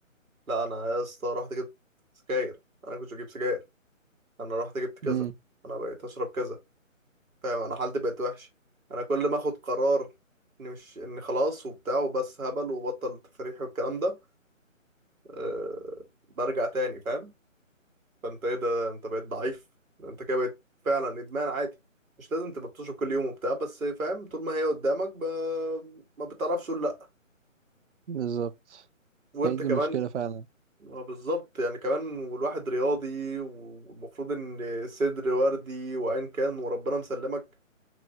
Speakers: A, on the right (about 85°); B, on the right (about 60°).
A: لا انا يا اسطى رحت جبت سجاير انا كنت بجيب سجاير انا رحت جبت كذا
B: امم
A: انا بقيت اشرب كذا فاهم انا حالتي بقت وحشه انا كل ما اخد قرار اني مش اني خلاص وبتاع وبس هبل وبطل تفريح والكلام ده أه... برجع تاني فاهم فانت ايه ده انت بقيت ضعيف انت كده بقيت فعلا ادمان عادي مش لازم تبقى بتشرب كل يوم وبتاع بس فاهم طول ما هي قدامك ب... ما بتعرفش تقول لا
B: بالظبط
A: وانت
B: هي دي
A: كمان
B: مشكلة فعلا
A: ما بالظبط يعني كمان والواحد رياضي والمفروض ان صدر وردي وعين كان وربنا مسلمك